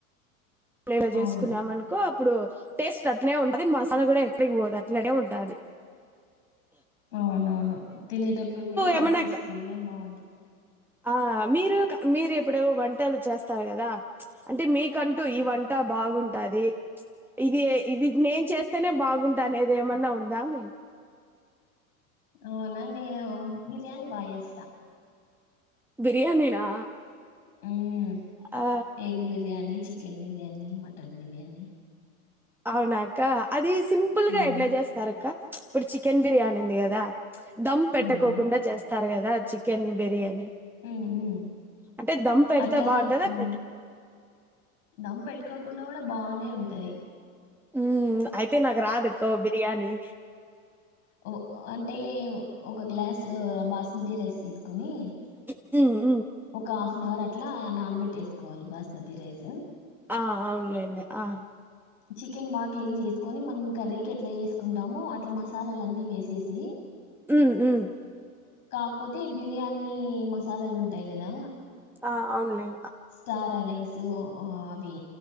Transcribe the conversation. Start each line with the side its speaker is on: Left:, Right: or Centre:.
Centre: లేవ
Left: అవును
Centre: జేస్కున్నామనుకో ఇప్పుడు టేస్ట్ అట్నే ఉంటది మసాలా గూడా ఎక్కడికి బోదు అట్లనే ఉంటాది
Left: అవునవును తినేడప్పుడు గూడా బాగ్
Centre: ఏమన్నా
Left: క్రిస్పీగా బావుంటది
Centre: ఆ మీరు క మీరు ఇప్పుడు వంటలు చేస్తారు కదా అంటే మీకంటూ ఈ వంట బాగుంటాది ఇది ఇది నేన్చేస్తేనే బాగుంటనేది ఏమన్నా ఉందా మీ
Left: అవునా నేను బిర్యానీ బా జేస్తా
Centre: బిర్యానీనా
Left: ఊం
Centre: ఆ
Left: egg biryani chicken biryani mutton biryani
Centre: అవునాక్క అదీస్ సింపుల్గా
Left: ఉమ్
Centre: ఎట్ల జేస్తారక్క ఇప్పుడు చికెన్ బిర్యానుంది గదా దమ్ పెట్టకోకుండా
Left: అవునా
Centre: చేస్తారు గద దా చికెన్ బిర్యానీ
Left: ఊం ఊం
Centre: అంటే దమ్ పెడితే
Left: అట్లా
Centre: బాగుంటదా
Left: ఉం
Centre: పె
Left: దమ్ పెట్టుకోకుండా కూడా బానే ఉంటది
Centre: ఊ అయితె నాక రాదుక్కో బిర్యానీ
Left: ఓ అంటే ఒక గ్లాస బాస్మతి రైస్ తీస్కునీ
Centre: మ్మ్
Left: ఒకా నవరట్లా నానబెట్టేస్కోవాలి బాస్మతి రైస
Centre: ఆ అవున్లెండి ఆ
Left: చికెన్ బా క్లీన్ జేస్కొని మనం కర్రీకి ఎట్ల యేస్కుంటామో అట్ల మసాలాలన్ని వేసేసి
Centre: ఉమ్మ్ ఉమ్మ్
Left: కాక్పోతే బిర్యానీ మసాలలుం ది గదా
Centre: ఆ అవున్లే
Left: స్టార అనేసి ఓ ఆ అవి